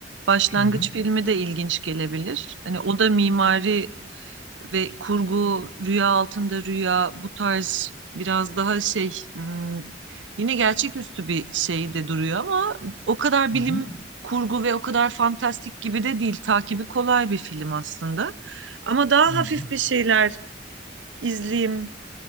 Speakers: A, on the right (about 85°); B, on the left (about 55°).
A: başlangıç
B: Hı hı.
A: filmi de ilginç gelebilir. Hani o da mimari ve kurgu, rüya altında rüya bu tarz biraz daha şey hmm, yine gerçeküstü bir şey de duruyor ama o kadar
B: Hı
A: bilim
B: hı.
A: kurgu ve o kadar fantastik gibi de değil. Takibi kolay bir film aslında. Ama daha
B: Hı hı.
A: hafif bir şeyler izleyeyim